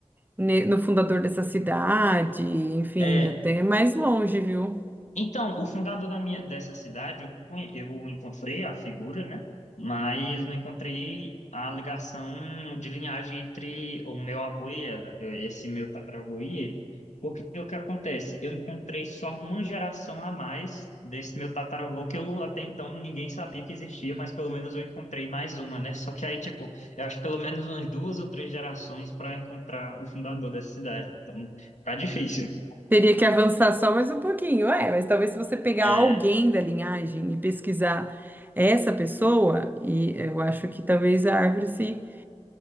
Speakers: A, on the right; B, on the left.
A: ne- no fundador dessa cidade, enfim,
B: é,
A: até mais longe, viu?
B: Então, o fundador da minha, dessa cidade, eu, conhe- eu encontrei a figura, né? Mas não encontrei a ligação de linhagem entre o meu avô e ela, eh, esse meu tataravô e ele. Porque o que acontece? Eu encontrei só uma geração a mais desse meu tataravô, que eu até então ninguém sabia que existia, mas pelo menos eu encontrei mais uma, né? Só que aí, tipo, eu acho pelo menos umas duas ou três gerações para encontrar o fundador dessa cidade. Então, tá difícil.
A: Teria que avançar só mais um pouquinho, é, mas talvez se você pegar
B: É,
A: alguém da linhagem e pesquisar essa pessoa, e eu acho que talvez a árvore se